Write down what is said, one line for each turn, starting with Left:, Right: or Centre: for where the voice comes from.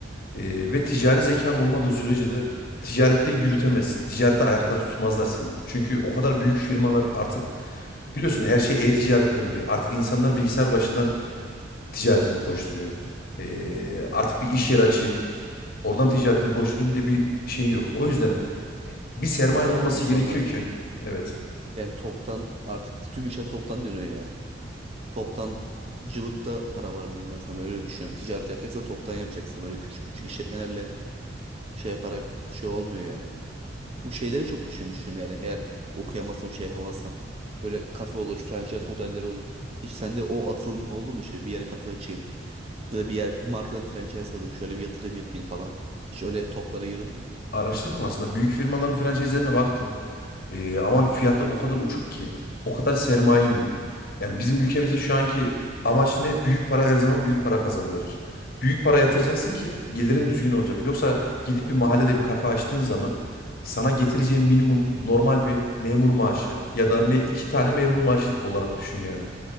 Left: E, ve ticari zekan olmadığı sürece de ticarette yürütemezsin. Ticarette ayakta tutmazlar seni. Çünkü o kadar büyük firmalar artık biliyorsun her şey e-ticarete döndü. Artık insanlar bilgisayar başından ticaretini koşturuyor. E, artık bir iş yeri açayım, oradan ticaretimi koşturayım diye bir şey yok. O yüzden bir sermayen
Right: Tabii
Left: olması
Right: abi insanlar
Left: gerekiyor ki. Evet.
Right: yani toptan artık tüm işler toptan dönüyor yani. Toptancılıkta para var diyeyim ben sana öyle düşünüyorum. Ticaret yapacaksan toptan yapacaksın. Böyle küçük küçük işletmelerle şey yaparak bir şey olmuyor yani. Bu şeylere çok düşünmüştüm yani eğer okuyamazsam şey yapamazsam. Böyle kafe olur, franchise modelleri olur. Hiç sende o atılımın oldu mu şey bir yere kafe açayım? Böyle bir yer, bir markadan franchise alayım, şöyle bir yatırım yapayım falan. Hiç öyle toplara yırılmıyor.
Left: araştırdım aslında. Büyük firmaların franchise'lerine baktım. Ee, ama fiyatlar o kadar uçuk ki. O kadar sermayem yok. Yani bizim ülkemizde şu anki amaç ne? Büyük para her zaman büyük para kazandırır. Büyük para yatıracaksın ki gelirin düzgün olacak. Yoksa gidip bir mahallede bir kafe açtığın zaman sana getireceği minimum normal bir memur maaşı ya da me- iki tane memur maaşı olarak düşün yani.